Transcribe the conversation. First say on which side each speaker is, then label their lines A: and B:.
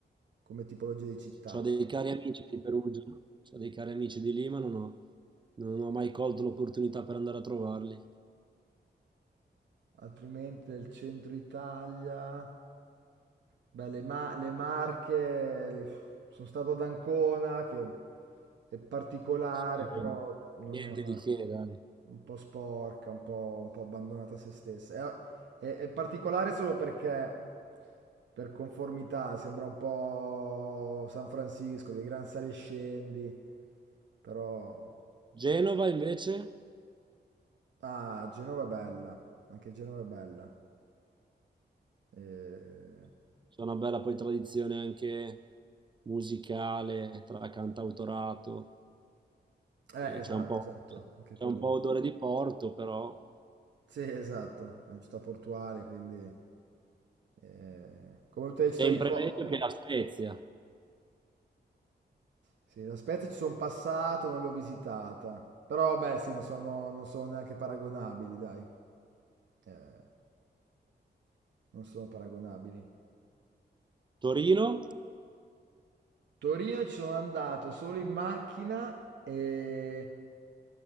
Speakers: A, on the right; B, on the right.
A: come tipologia di città.
B: Ho dei cari amici di Perugia, ho dei cari amici di Lima, non ho, non ho mai colto l'opportunità per andare a trovarli.
A: Altrimenti del centro Italia. Beh, le, Ma- le Marche, le- sono stato ad Ancona, che è particolare,
B: Sì,
A: però non
B: Niente
A: è una...
B: di che, dai.
A: un po' sporca, un po', un po' abbandonata a se stessa. È, è- è particolare solo perché, per conformità, sembra un po' San Francisco, dei gran sali e scendi, però...
B: Genova invece,
A: Ah, Genova è bella, anche Genova è bella. Eh,
B: c'è una bella poi tradizione anche musicale tra cantautorato.
A: Eh,
B: E
A: esatto,
B: C'è un po',
A: esatto, anche
B: c'è
A: quello.
B: un po'
A: no.
B: odore di Porto, però
A: Sì, esatto, è una città portuale, quindi... Eh, come tutte le città
B: sempre
A: di Po.
B: meglio che la Spezia.
A: Sì, la Spezia ci sono passato, non l'ho visitata. Però, beh, sì, non sono, non sono neanche paragonabili, dai. Eh, non sono paragonabili.
B: Torino?
A: Torino ci sono andato solo in macchina e